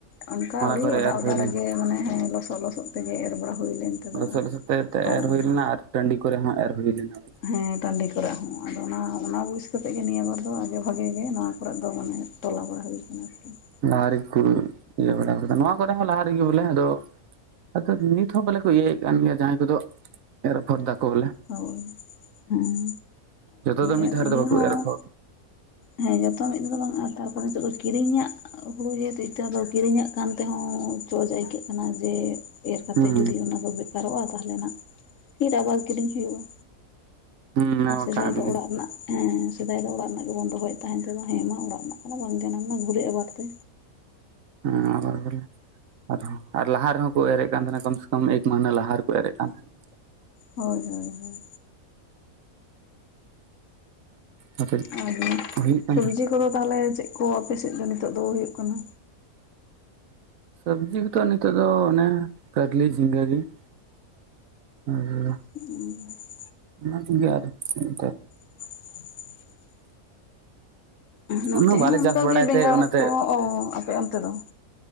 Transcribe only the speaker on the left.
ᱚᱱᱠᱟ
ᱟᱹᱣᱲᱤ
ᱚᱫᱟ
ᱚᱫᱟ
ᱨᱮᱜᱮ ᱢᱟᱱᱮ ᱦᱮᱸ ᱞᱚᱥᱚᱫ ᱞᱚᱥᱚᱫ ᱛᱮᱜᱮ ᱮᱨ ᱵᱟᱲᱟ ᱦᱩᱭ ᱞᱮᱱ ᱛᱮᱫᱚ
ᱯᱟᱨᱚᱢᱮᱱᱟ
ᱦᱮᱸ ᱴᱟᱺᱰᱤ ᱠᱚᱨᱮ ᱦᱚᱸ ᱟᱫᱚ ᱚᱱᱟ ᱚᱱᱟ ᱵᱩᱡᱽ ᱠᱟᱛᱮ ᱜᱮ ᱱᱤᱭᱟᱹ ᱵᱟᱨ ᱫᱚ ᱟᱡᱚ ᱵᱷᱟᱜᱮ ᱜᱮ ᱱᱚᱣᱟ ᱠᱚᱨᱮ ᱫᱚ ᱢᱟᱱᱮ ᱛᱚᱞᱟ ᱵᱟᱲᱟ ᱦᱩᱭ ᱠᱟᱱᱟ ᱟᱨᱠᱤ ᱾
ᱦᱳᱭ ᱦᱩᱸ
ᱟᱨ
ᱤᱭᱟᱹ
ᱦᱚᱸ
ᱦᱮᱸ ᱡᱚᱛᱚ ᱢᱤᱫ ᱫᱷᱟ ᱫᱚ ᱵᱟᱝ-ᱟ ᱛᱟᱨᱯᱚᱨᱮ ᱱᱤᱛᱚᱜ ᱫᱚ ᱠᱤᱨᱤᱧᱟᱜ ᱦᱩᱲᱩ ᱡᱤᱛᱩ ᱤᱛᱟᱹ ᱫᱚ ᱠᱤᱨᱤᱧᱚᱜ ᱠᱟᱱ ᱛᱮᱦᱚᱸ ᱪᱚᱞᱡᱟ ᱟᱹᱭᱠᱟᱹᱜ ᱠᱟᱱᱟ ᱡᱮ ᱮᱨ ᱠᱟᱛᱮᱫ
ᱡᱩᱫᱤ ᱚᱱᱟ ᱫᱚ ᱵᱮᱠᱟᱨᱚᱜ-ᱟ ᱛᱟᱦᱚᱞᱮ ᱦᱟᱸᱜ ᱯᱷᱤᱨ ᱟᱵᱟᱨ ᱠᱤᱨᱤᱧ ᱦᱩᱭᱩᱜ-ᱟ᱾
ᱟᱨ
ᱥᱮᱫᱟᱭ
ᱫᱚ
ᱚᱲᱟᱜ ᱨᱮᱱᱟᱜ ᱦᱮᱸ ᱥᱮᱫᱟᱭ ᱫᱚ ᱚᱲᱟᱜ ᱨᱮᱱᱟᱜ ᱜᱮᱵᱚᱱ ᱫᱚᱦᱚᱭᱮᱫ ᱛᱟᱦᱮᱸ ᱛᱚ ᱦᱮᱸ ᱢᱟ ᱚᱲᱟᱜ ᱨᱮᱱᱟᱜ ᱠᱟᱱᱟ ᱵᱟᱝ ᱡᱟᱱᱟᱢ ᱱᱟ ᱜᱷᱩᱨᱮ ᱟᱵᱟᱨ ᱛᱮ᱾
ᱦᱳᱭ ᱦᱳᱭ ᱦᱳᱭ᱾
ᱟᱵᱤᱱ
ᱥᱚᱵᱡᱤ
ᱠᱚᱫᱚ ᱛᱟᱦᱚᱞᱮ ᱪᱮᱫ ᱠᱚ ᱟᱯᱮ ᱥᱮᱫ ᱫᱚ ᱱᱤᱛᱚᱜ ᱫᱚ ᱦᱩᱭᱩᱜ ᱠᱟᱱᱟ?
<unintelligible>
<inaudible> ᱱᱚᱛᱮ
ᱦᱚᱸ ᱚᱱᱠᱟᱜ
ᱜᱮ ᱵᱮᱜᱟᱹᱲ
ᱠᱚ ᱾ ᱟᱯᱮ ᱚᱱᱛᱮ ᱫᱚ?